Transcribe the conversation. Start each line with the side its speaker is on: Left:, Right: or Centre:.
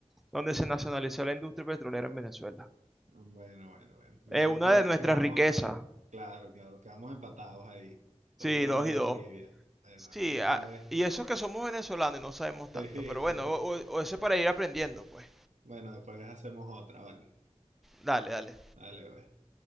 Centre: donde se nacionalizó la industria petrolera en Venezuela.
Right: Bueno, bueno, bueno. Ya
Centre: Eh,
Right: ahí
Centre: una
Right: queda-
Centre: de nuestras
Right: quedamos.
Centre: riquezas.
Right: Claro, claro, quedamos empatados ahí. Todo
Centre: Sí,
Right: buena
Centre: dos
Right: la
Centre: y dos.
Right: trivia. Bueno,
Centre: Sí,
Right: después.
Centre: ah, y eso que somos venezolanos y no sabemos tanto.
Right: <laughs> Sí,
Centre: Pero
Right: sí.
Centre: bueno, o, o- o eso para ir aprendiendo, pues.
Right: Bueno, después hacemos otra, vale.
Centre: Dale, dale.
Right: Dale, pues.